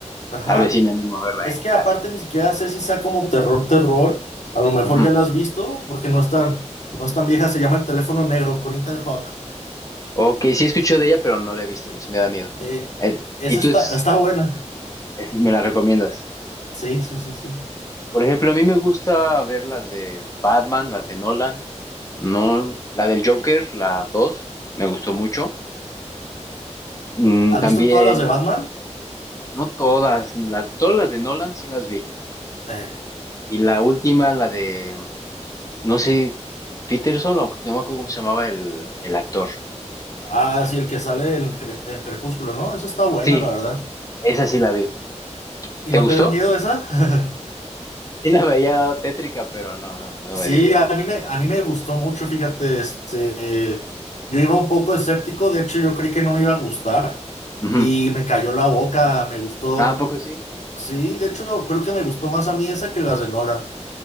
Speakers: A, on the left; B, on the left.
A: Ajá.
B: Tal vez sí me animo a verla,
A: Es
B: ¿eh?
A: que aparte
B: Así.
A: ni siquiera sé si sea como terror, terror. A lo mejor
B: Ujú.
A: ya lo has visto, porque no es tan, no es tan vieja. Se llama El teléfono negro con Ethan Hawke.
B: Ok, sí escucho de ella, pero no la he visto, sí me da miedo.
A: Eh,
B: Eh,
A: esa
B: ¿y tú
A: está,
B: es-
A: está buena.
B: es- me la recomiendas?
A: Sí, sí, sí, sí.
B: Por ejemplo, a mí me gusta ver las de Batman, las de Nolan, no, la del Joker, la 2 me gustó mucho. Mm,
A: ¿Has
B: también,
A: visto todas las de Batman?
B: no todas, la- todas las de Nolan sí las vi.
A: Eh,
B: Y la última, la de, no sé, Peterson o no me acuerdo cómo se llamaba el, el actor.
A: ah, sí, el que sale en el, Cre- en Crepúsculo, ¿no? Esa está buena,
B: Sí,
A: la verdad.
B: esa sí la vi.
A: ¿Y
B: ¿Te
A: no
B: gustó?
A: te dio miedo esa? <laughs>
B: Sí la veía tétrica, pero no, no, no
A: Sí,
B: me dio miedo.
A: a mí me, a mí me gustó mucho, fíjate, este, yo iba un poco escéptico, de hecho yo creí que no me iba a gustar
B: Ujú.
A: y me cayó la boca, me gustó,
B: Ah, ¿a poco sí?
A: Sí, de hecho, creo que me gustó más a mí esa que las de Nolan.